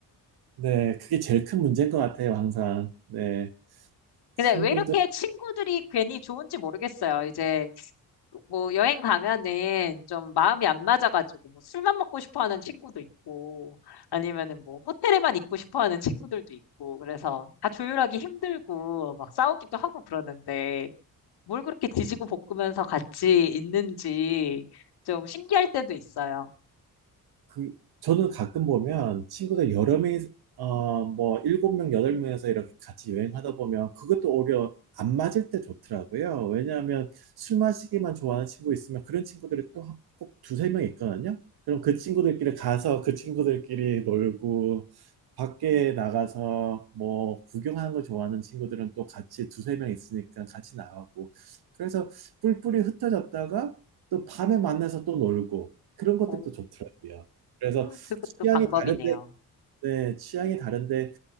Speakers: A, on the right (about 70°); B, on the left (about 80°).
A: 네. 그게 제일 큰 문제인 것 같아요, 항상. 네. 친구들
B: 근데 왜 이렇게 친구들이 괜히 좋은지 모르겠어요. 이제 뭐 여행 가면은 좀 마음이 안 맞아가지고 뭐 술만 먹고 싶어 하는 친구도 있고 아니면은 뭐 호텔에만 있고 싶어 하는 친구들도 있고 그래서 다 조율하기 힘들고 막 싸우기도 하고 그러는데 뭘 그렇게 뒤지고 볶으면서 같이 있는지 좀 신기할 때도 있어요.
A: 그, 저는 가끔 보면 친구들 여러 명이, 어, 뭐, 일곱 명, 여덟 명에서 이렇게 같이 여행하다 보면 그것도 오히려 안 맞을 때 좋더라고요. 왜냐하면 술 마시기만 좋아하는 친구 있으면 그런 친구들이 또 한 꼭 두세 명 있거든요. 그럼 그 친구들끼리 가서 그 친구들끼리 놀고, 밖에 나가서 뭐 구경하는 거 좋아하는 친구들은 또 같이 두세 명 있으니까 같이 나가고. 그래서 뿔뿔이 흩어졌다가 또 밤에 만나서 또 놀고. 그런 것들도
B: 오,
A: 좋더라고요. 그래서
B: 그것도
A: 취향이
B: 방법이네요.
A: 다른데, 네, 취향이 다른데